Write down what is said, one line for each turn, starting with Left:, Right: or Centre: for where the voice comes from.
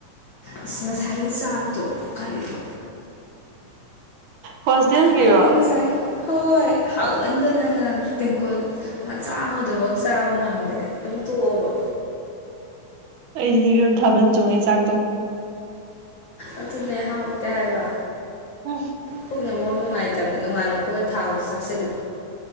Left: ꯑꯁ ꯉꯁꯥꯏꯒꯤ ꯆꯥꯛꯇꯣ ꯀꯔꯤꯅꯣ
Right: ꯍꯣꯁꯇꯦꯜꯒꯤꯔꯣ
Left: ꯀꯥꯏꯗꯤ ꯉꯁꯥꯏ ꯍꯣꯏ ꯍꯥꯎꯃꯟꯗꯥꯗꯅ ꯇꯦꯡꯀꯣꯠ ꯃꯆꯥ ꯑꯃꯗꯨꯕꯨꯛ ꯆꯥꯕ ꯉꯝꯗꯦ ꯑꯗꯨꯝ ꯇꯣꯛꯑꯕ
Right: ꯑꯩꯗꯤ ꯏꯕꯦꯝ ꯊꯥꯕꯜ ꯆꯣꯡꯉꯦ ꯆꯥꯛꯇꯣ
Left: ꯑꯗꯨꯅꯦ ꯍꯥꯎꯇꯦ ꯍꯥꯏꯕ
Right: ꯎꯝ
Left: ꯄꯨꯛꯅ ꯃꯔꯣꯟ ꯅꯨꯡꯉꯥꯏꯇꯕꯅꯤ ꯅꯣꯡꯉꯥꯟꯂꯛ ꯄꯒꯥ ꯊꯥꯎꯗꯣ ꯆꯥꯁꯤꯜꯂꯦ